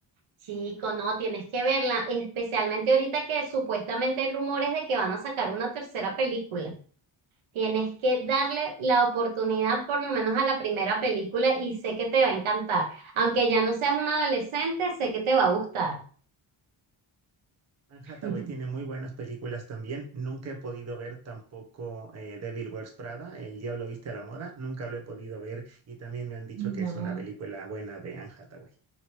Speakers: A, on the right; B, on the right.
A: Chico, no, tienes que verla, especialmente ahorita que supuestamente hay rumores de que van a sacar una tercera película. Tienes que darle la oportunidad por lo menos a la primera película y sé que te va a encantar. Aunque ya no seas un adolescente, sé que te va a gustar.
B: Anne
A: <laughs>
B: Hathaway tiene muy buenas películas también. Nunca he podido ver tampoco eh, Devil Wears Prada, El Diablo Viste a la Moda. Nunca lo he podido ver y también me han dicho
A: No.
B: que es una película buena de Anne Hathaway.